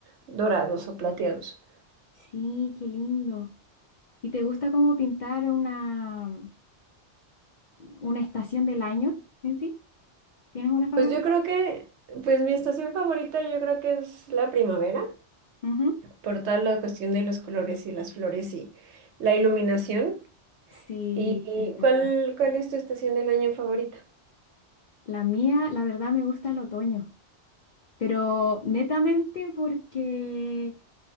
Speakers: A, on the right; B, on the left.
A: dorados o plateados.
B: Sí, qué lindo. ¿Y te gusta como pintar una? una estación del año en sí. ¿Tienes una favorita?
A: Pues yo creo que, pues mi estación favorita yo creo que es la primavera.
B: Ujú.
A: por toda la cuestión de los colores y las flores y la iluminación.
B: Sí,
A: ¿Y
B: es verdad.
A: cuál, cuál es tu estación del año favorita?
B: La mía, la verdad, me gusta el otoño, pero netamente porque